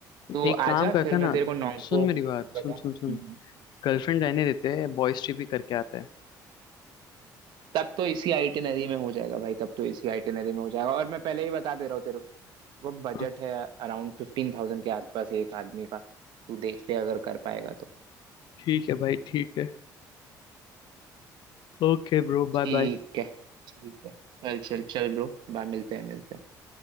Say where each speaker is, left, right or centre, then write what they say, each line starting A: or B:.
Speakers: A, on the left; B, on the right.
A: तो
B: तो
A: एक काम
B: आजा
A: करते
B: फिर
A: हैं
B: मैं
A: ना
B: तेरे को नॉन्गपो
A: सुन मेरी बात
B: बता
A: सुन सुन
B: हम्म।
A: सुन गर्लफ्रेंड रहने देते हैं बॉयज ट्रिप ही करके आता है
B: तब तो इसी आइटिनरी में हो जाएगा भाई तब तो इसी आइटिनरी में हो जाएगा और मैं पहले ही बता दे रहा हूँ तेरे को बजट
A: हाँ
B: है अराउंड फिफ्टीन थाउजेंड के आसपास एक आदमी का तू देख ले अगर कर पाएगा तो
A: ठीक है भाई ठीक है Okay bro
B: ठीक
A: bye bye
B: है ठीक है चल चल चल ब्रो बाय मिलते हैं मिलते हैं